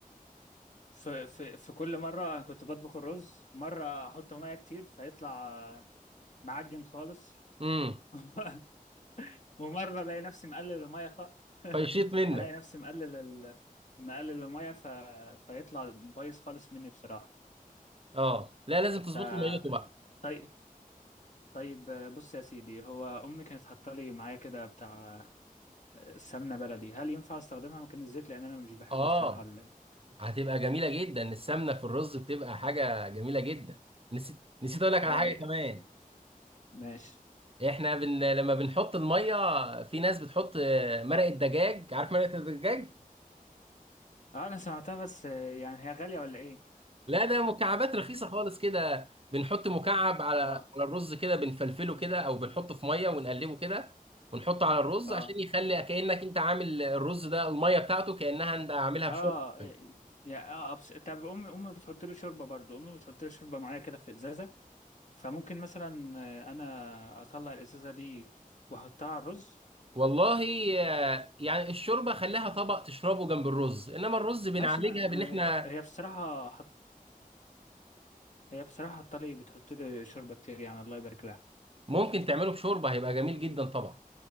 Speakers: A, on the left; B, on the right.
A: في في في كل مره أنا كنت بطبخ الرز مره احط ميه كتير فيطلع معجن خالص
B: امم
A: <laughs> ومره الاقي نفسي مقلل الميه خ...
B: فيشيط
A: <laughs>
B: منك
A: الاقي نفسي مقلل ال... مقلل الميه ف... فيطلع بايظ خالص مني بصراحه
B: اه لا لازم تظبط
A: ف
B: له ميته بقى
A: طيب طيب بص يا سيدي هو امي كانت حاطه لي معايا كده بتاع سمنة بلدي هل ينفع استخدمها مكان الزيت لان انا مش بحب
B: اه
A: بصراحة ال...
B: هتبقى جميله جدا السمنه في الرز بتبقى حاجه جميله جدا نسيت نسيت اقول لك
A: اه
B: على حاجه
A: يا
B: كمان
A: ماشي
B: احنا بن... لما بنحط الميه في ناس بتحط آه، مرقه دجاج عارف مرقه الدجاج
A: اه انا سمعتها بس آه، يعني هي غالية ولا ايه
B: لا ده مكعبات رخيصه خالص كده بنحط مكعب على على
A: اه
B: الرز كده بنفلفله كده او بنحطه في ميه ونقلبه كده ونحطه على الرز
A: اه
B: عشان يخلي كانك انت عامل الرز ده الميه بتاعته كانها انت عاملها
A: اه
B: بشوربه
A: يا اه بس طب امي امي بتحط له شوربة برضو امي بتحط له شوربة معايا كده في ازازة فممكن مثلا آه، انا اطلع الازازة دي واحطها على الرز
B: والله آه، يعني الشوربه خليها طبق تشربه جنب الرز انما الرز بنعالجها
A: ماشي ما
B: بان احنا
A: آه، هي بصراحة حط... هي بصراحة حط لي بتحط لي شوربة كتير يعني الله يبارك لها
B: ممكن تعمله بشوربه هيبقى جميل جدا طبعا